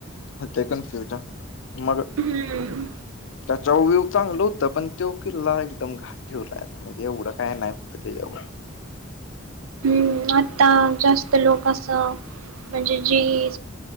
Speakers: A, on the left; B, on the right.
A: होते कनफ्युजन मग
B: हम्म
A: त्याच्या व्यू चांगलं होतं पण तो किल्ला एकदम घाण ठेवला आता म्हणजे एवढं काय नाय होत त्याच्याव
B: <inaudible> ता जास्त लोक असं म्हणजे जी